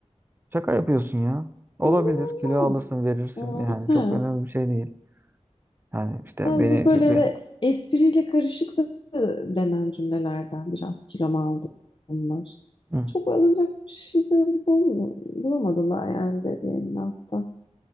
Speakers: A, on the right (about 20°); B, on the left (about 45°).
A: Şaka yapıyorsun ya. Olabilir.
B: Ondan olmaz.
A: Kilo alırsın, verirsin.
B: Aa,
A: Yani
B: he.
A: çok önemli bir şey değil. Yani işte
B: Yani
A: beni
B: bu böyle
A: şimdi...
B: de espriyle karışık da denen cümlelerden biraz kilom aldım bunlar.
A: Hı.
B: Çok alınacak bir şey bul- bul- bulamadım ben yani dediğin hafta.